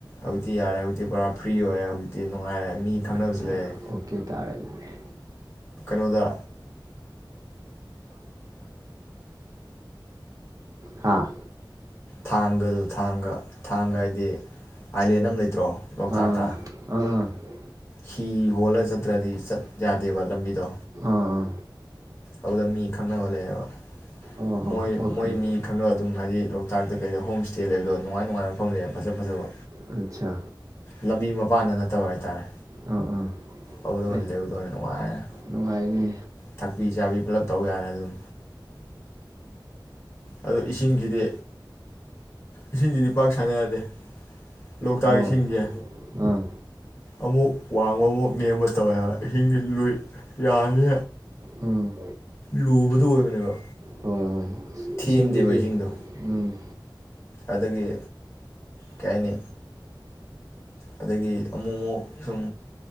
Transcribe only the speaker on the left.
ꯍꯧꯖꯤꯛꯇꯤ ꯌꯥꯔꯦ ꯍꯧꯖꯤꯛꯇꯤ ꯄꯨꯔꯥ ꯐ꯭ꯔꯤ ꯑꯣꯏꯔꯦ ꯍꯧꯖꯤꯛꯇꯤ ꯅꯨꯡꯉꯥꯏꯔꯦ ꯃꯤ ꯈꯪꯅꯕꯁꯨ
ꯂꯩꯔꯦ
ꯀꯩꯅꯣꯗ
ꯊꯥꯡꯒꯗꯨ ꯊꯥꯡꯒ ꯊꯥꯡꯒ ꯍꯥꯏꯗꯤ ꯑꯥꯏꯂꯦꯟ ꯑꯃ ꯂꯩꯇ꯭ꯔꯣ ꯂꯣꯛꯇꯥꯛꯇ
ꯍꯤ ꯍꯣꯜꯂ ꯆꯠꯇ꯭ꯔꯗꯤ ꯆꯠ ꯌꯥꯗꯦꯕ ꯂꯝꯕꯤꯗꯣ
ꯑꯗꯨꯗ ꯃꯤ ꯈꯪꯅꯕ ꯂꯩꯌꯦꯕ
ꯃꯣꯏ
ꯃꯣꯏ ꯃꯤ ꯈꯪꯅꯕ ꯑꯗꯨꯝ ꯍꯥꯏꯗꯤ ꯂꯣꯛꯇꯥꯛꯇ ꯀꯩꯗ ꯍꯣꯝ ꯏꯁꯇꯦ ꯂꯩꯕꯗꯣ ꯅꯨꯡꯉꯥꯏ ꯅꯨꯡꯉꯥꯏꯕ ꯃꯐꯝ ꯂꯩꯌꯦꯦꯕ ꯐꯖ ꯐꯖꯕ
ꯂꯝꯕꯤ ꯃꯄꯥꯟꯗ ꯅꯠꯇꯕ ꯍꯥꯏ ꯇꯥꯔꯦ
ꯑꯗꯨꯗ ꯑꯣꯏꯅ
ꯂꯩꯔꯗꯣ ꯑꯣꯏꯅ ꯅꯨꯡꯉꯥꯏ ꯅ
ꯊꯛꯄꯤ ꯆꯥꯕꯤ ꯄꯨꯂꯞ ꯇꯧ ꯌꯥꯔꯦ ꯑꯗꯨꯝ ꯑꯗꯣ ꯏꯁꯤꯡꯁꯤꯗꯤ ꯏꯁꯤꯡꯁꯤꯗꯤ ꯄꯥꯛ ꯁꯥꯟꯅ ꯌꯥꯗꯦ ꯂꯣꯛꯇꯥꯛ
ꯏꯁꯤꯡꯁꯦ
ꯑꯃꯨꯛ ꯋꯥꯡꯕ ꯑꯃꯨꯛ ꯅꯦꯝꯕ ꯇꯧꯋꯦ ꯏꯍꯤꯡꯁꯤ ꯌꯥꯅꯤ
ꯂꯨꯕꯗꯨ ꯑꯣꯏꯕꯅꯦꯕ
ꯊꯦꯟꯗꯦꯕ
ꯏꯁꯤꯡꯗꯣ
ꯑꯗꯒꯤ ꯀꯩ ꯍꯥꯏꯅꯤ ꯑꯗꯒꯤ ꯑꯃꯨꯛ ꯑꯃꯨꯛ ꯁꯨꯝ